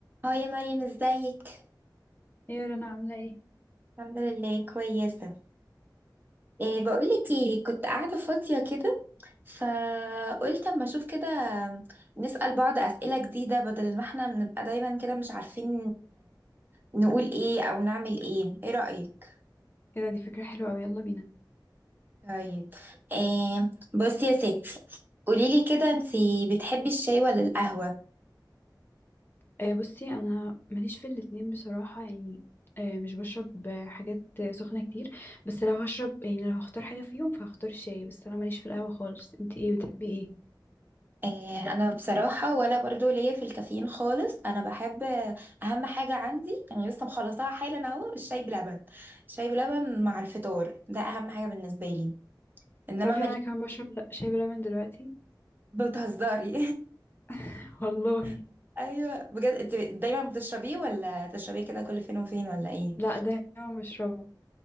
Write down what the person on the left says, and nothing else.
يا رنا عاملة ايه؟
ايه ده دي فكرة حلوة اوي يلا بينا
آه بصي انا ماليش في الاتنين بصراحة يعني آه مش بشرب آه، حاجات آه، سخنة كتير بس لو هشرب يعني لو هختار حاجة فيهم فهختار الشاي بس انا ماليش في القهوة خالص انتي ايه بتحبي ايه؟
تعرفي
ان انا كمان بشرب لا شاي بلبن دلوقتي
<laughs> والله
لا دايما بشربه